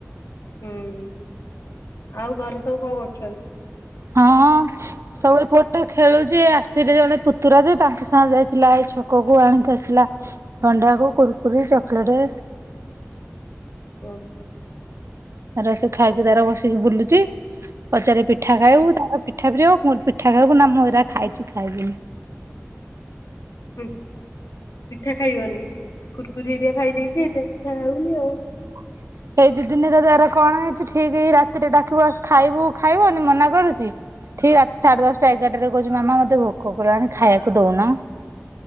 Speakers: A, on the left; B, on the right.
A: ହୁଁ। ଆଉ ଘରେ ସବୁ କଣ କରୁଚନ୍ତି?
B: ହଁ। ସବୁବେଳେ ପୁଅଟେ ଖେଳୁଚି ଆସିଥିଲେ ଜଣେ ପୁତୁରା ଯେ ତାଙ୍କ ସାଙ୍ଗ ଯାଇଥିଲା ଏଇ ଛକକୁ ଆଣିକି ଆସିଲା। ଥଣ୍ଡାକୁ କୁୁରୁକୁରି ଚକେଲେଟ୍।
A: ହୁଁ।
B: ତାର ସେ ଖାଇକି ତାର ବସିକି ବୁଲୁଚି, ପଚାରି ପିଠା ଖାଇବୁ ତାର ପିଠା ପ୍ରିୟ। ମୁଁ ପିଠା ଖାଇବୁ ନା ମୁଁ ଏଇରା ଖାଇଚି ଖାଇବିନି।
A: ହୁଁ ପିଠା ଖାଇବନି କୁୁରୁକୁରି ହେରିଆ ଖାଇ ଦେଇେଇଚି ସେଥିପାଇଁ ପିଠା ଖାଉନି ଆଉ।
B: <inaudible> ସେଇ ଦି ଦିନିରେ ଆର କଣ ହେଇଚି ଠିକ୍ ରାତିରେ ଡାକିବୁ ଆସେ ଖାଇବୁ ଖାଇବନି ମନା କରୁଚି। ଠିକ୍ ରାତି ସାଢେ ଦଶଟା ଏଗାରଟାରେ କହୁଚି ମାମା ମତେ ଭୋକ କଲାଣି ଖାଇଆକୁ ଦଉନ।